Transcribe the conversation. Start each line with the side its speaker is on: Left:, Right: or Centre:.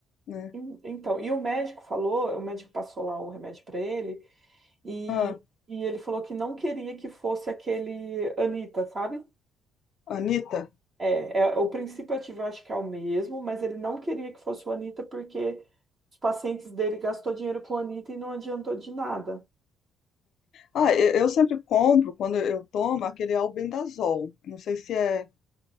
Left: né?
Right: En- Então, e o médico falou, o médico passou lá o remédio para ele. E,
Left: Ah,
Right: e ele falou que não queria que fosse aquele Anitta, sabe?
Left: Anitta.
Right: É, é, o princípio ativo eu acho que é o mesmo, mas ele não queria que fosse o Anitta porque os pacientes dele gastou dinheiro com o Anitta e não adiantou de nada.
Left: Ah, eu, eu sempre compro, quando eu tomo, aquele albendazol. Não sei se é,